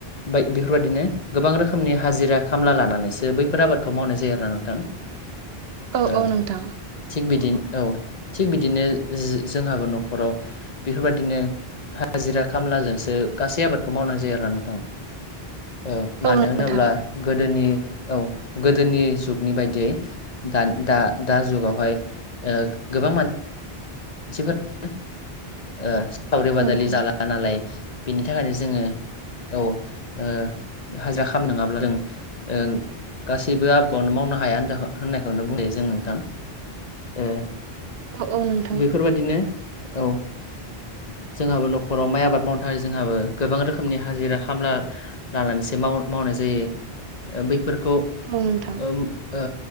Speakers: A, on the left; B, on the right.
A: बाय बेफोरबायदिनो गोबां रोखोमनि हाजिरा खामला लानानैसो बैफोर आबादखौ मावनाय जायो आरोना नोंथां। <inaudible>
B: औ
A: ओ
B: औ नोंथां।
A: थिग बिदिन औ थिग बिदिनो जो-जोंहाबो नखराव बेफोरबादिनो हाजिरा खामलाजोंसो गासै आबादखौ मावनाय जायो आरोना नोंथां। ओ मानो
B: औ नोंथां
A: होनोब्ला गोदोनि औ गोदोनि जुगनि बायदियै दानि दा दा जुगावहाय ओ गोबां मान मानसिफोरा ओ सावरि
B: औ
A: बादालि
B: नोंथां
A: जाला नालाय बेनि थाखायनो जोङो औ ओ हाजिरा खाम नंङाबा जों ओ गासैबो आबादखौनो मावनो हाया होनजा होननायखौनो बुंजायो जों नोंथां। ओ
B: औ औ नों
A: बेफोरबादिनो औ। जोंहाबो नखराव माइ आबाद मावनो थाखाय जोंहाबो गोबां रोखोमनि हाजिरा खामला लानानैसो माव मावनाय जायो ओ बैफोरखौ
B: औ नोंथां।
A: ओम ओ